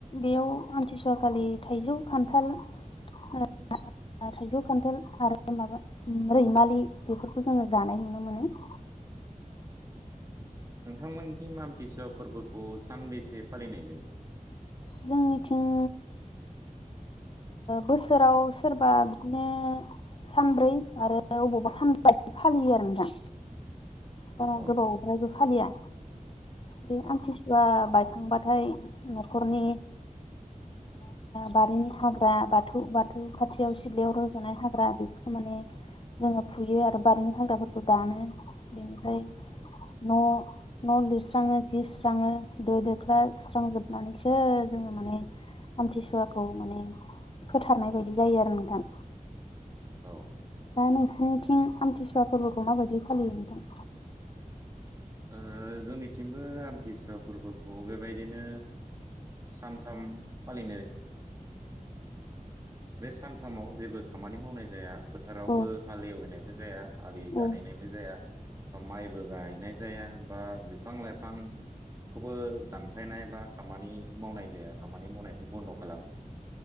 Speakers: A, on the left; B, on the right.
A: बेयाव आमथिसुवाखालि थाइजौ खान्थाल <unintelligible> थाइजौ खान्थाल आरो माबा रैमालि बेफोरखौ जोङो जानाय नुनो मोनो। <inaudible>
B: नोंथांमोननि मामथिसब फोरबोखौ सानबेसे फालिनाय जायो?
A: जोंनिथिं बोसोराव सोरबा बिदिनो सानब्रै आरो अबावबा सानब्रै फालियो आरो नोंथां। बारा
B: औ
A: गोबावद्ईबो फालिया। बे
B: औ
A: आमथिसुवा बायखांबाथाय न'खरनि बारिनि हाग्रा बाथौ बाथौ खाथियाव सिलयाव रजानाय हाग्रा बेफोरखौ माने जोङो फुयो आरो बारिनि हाग्राफोरखौ दानो बेनिफ्राय न
B: औ
A: न लिरस्राङो जि सुस्राङो दो दोख्ला सुस्रांजोबनानैसो जो माने आमथिसुवाखौ माने फोथारनाय बायदि जायो आरो नोंथां
B: औ
A: दा नोंसिोरनिथिं आमथिसुवा फोरबोखौ माबायदि फालियो नोंथां
B: औ। ओ जोंनिथिंबो आम्थिसुवा फोरबोखौ बेबायदिनो सानथामालि बे सानथामाव जेबो खामानि मावनाय जाया फोथारावबो
A: औ
B: हालेवनायबो जाया आलि
A: औ
B: दानायनायबो जाया बा माइबो गायनाय ज जाया बा बिफां लाइफां खौबो दानफायनाय बा खामानि मावनाय जाया खामानि मावनायखौ बन्द खालामो